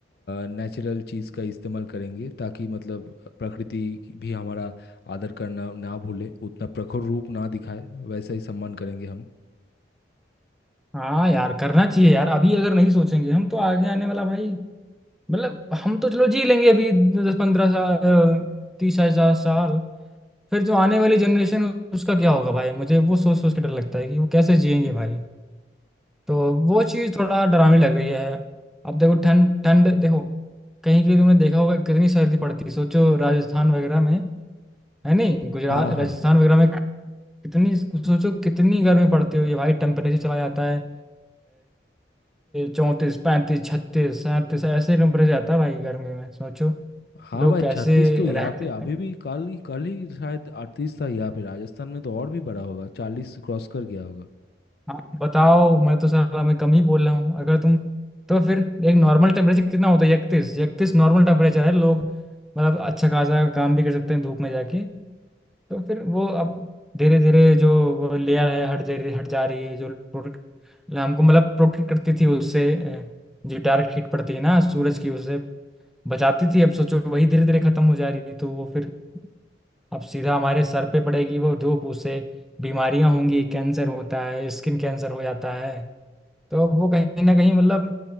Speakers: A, on the left; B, in the centre.
A: नेचुरल चीज़ का इस्तेमाल करेंगे ताकि मतलब प्रकृति की भी हमारा आदर करना ना भूले उतना प्रखर रूप ना दिखाए वैसा ही सम्मान करेंगे हम
B: हाँ यार करना चाहिए यार अभी अगर नहीं सोचेंगे हम तो आगे आने वाला भाई मतलब हम तो चलो जी लेंगे अभी दस पंद्रह साल तीस हजार साल फिर जो आने वाली जनरेशन उसका क्या होगा भाई मुझे वो सोच सोच के डर लगता है कि वो कैसे जिएंगे भाई तो वो चीज़ थोड़ा डरावनी लग रही है अब देखो ठंड ठंड देखो कहीं कहीं तुमने देखा होगा कितनी सर्दी पड़ती है सोचो राजस्थान वगैरह में है नहीं गुजरात
A: हाँ हाँ
B: राजस्थान वगैरह में कितनी सोचो कितनी गर्मी पड़ती होगी भाई टेम्परेचर चला जाता है चौंतीस पैंतीस छत्तीस सैंतीस ऐसे नंबर जाता है भाई गर्मी में सोचो
A: हाँ
B: लोग
A: भाई
B: कैसे
A: छत्तीस तो यहाँ
B: रहते
A: पे अभी
B: हैं
A: भी कल ही कल ही शायद अड़तीस था यहाँ पे राजस्थान में तो और भी बड़ा होगा चालीस क्रॉस कर गया होगा
B: आप बताओ मैं तो साला मैं कम ही बोल रहा हूँ अगर तुम तो फिर एक नॉर्मल टेम्परेचर कितना होता है इकतीस इकतीस नॉर्मल टेम्परेचर है लोग मतलब अच्छा खासा काम भी कर सकते हैं धूप में जाके तो फिर वो अब धीरे धीरे जो वो लेयर है हट जा रही हट जा रही है जो प्रोटेक्ट हमको मतलब प्रोटेक्ट करती थी उससे अ, जो डायरेक्ट हीट पड़ती है ना सूरज की उससे बचाती थी अब सोचो वही धीरे धीरे खत्म हो जा रही थी तो वो फिर अब सीधा हमारे सर पे पड़ेगी वो धूप उससे बीमारियां होंगी कैंसर होता है स्किन कैंसर हो जाता है तो अब वो कहीं ना कहीं मतलब